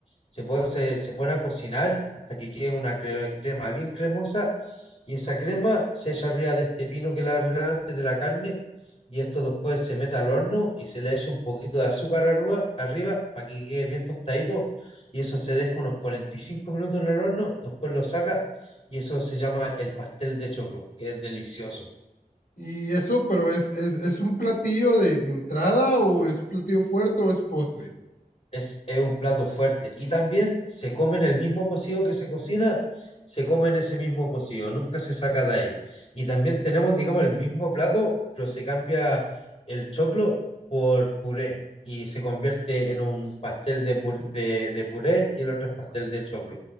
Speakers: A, on the left (about 45°); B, on the left (about 80°).
A: Se, puede, se, se pone a cocinar hasta que quede una cre- crema bien cremosa y esa crema se echa arriba de este pino que la hablaba antes de la carne y esto después se mete al horno y se le echa un poquito de azúcar arriba, arriba para que quede bien tostadito y eso se deja unos 45 minutos en el horno, después lo saca y eso se llama el pastel de choclo, que es delicioso.
B: Y eso, pero es, es, es un platillo de, de entrada o es un platillo fuerte o es postre.
A: Es, es un plato fuerte y también se come en el mismo pocillo que se cocina, se come en ese mismo pocillo, nunca se saca de ahí. Y también tenemos, digamos, el mismo plato, pero se cambia el choclo por puré y se convierte en un pastel de puré, de, de puré y el otro es pastel de choclo.